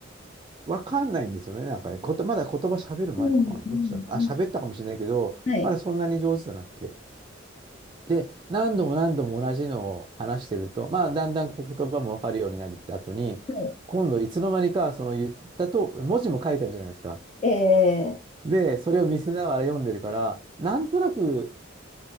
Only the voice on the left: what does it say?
うん、
うん、
うん、
はい、
はい。
ええ